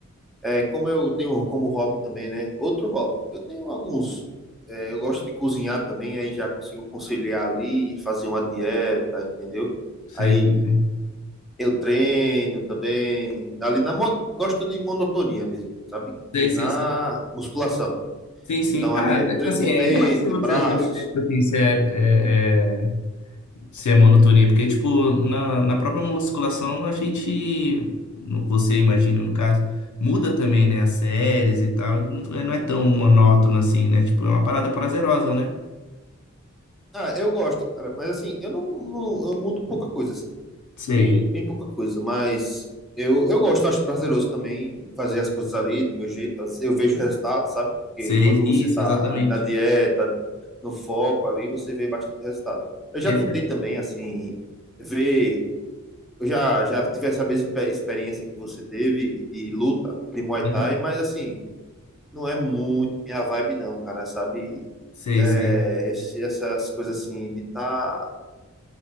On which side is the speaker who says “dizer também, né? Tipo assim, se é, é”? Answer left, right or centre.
Left